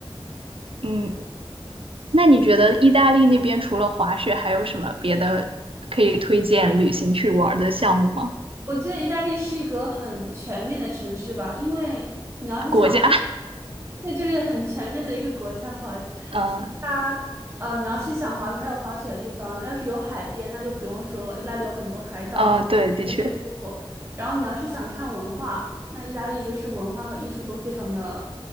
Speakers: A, on the right; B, on the right.
A: 嗯，那你觉得意大利那边除了滑雪，还有什么别的可以推荐旅行去玩的项目吗？
B: 我觉得意大利是一个很全面的城市吧，因为你要是想，
A: 国家？
B: 那就是很全面的一个国家。不好意思，
A: 嗯
B: 就是它，呃，你要是想滑雪，它有滑雪的地方；要是有海边，那就不用说了，意大利有很多海岛，
A: <laughs> 嗯，对，的确
B: 特别舒服。然后你要是想看文化，那意大利就是文化和艺术都非常的，